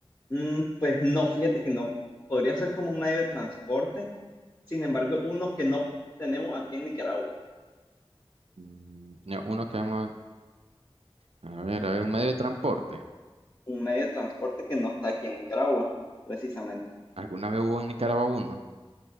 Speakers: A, on the left; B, on the right.
A: Mm, pues no, fíjate que no. Podría ser como un medio de transporte. Sin embargo, uno que no tenemos aquí en Nicaragua.
B: Mm, no, uno que vamos a, a ver, a ver, un medio de transporte.
A: Un medio de transporte que no está aquí en Nicaragua, precisamente.
B: ¿Alguna vez hubo en Nicaragua uno?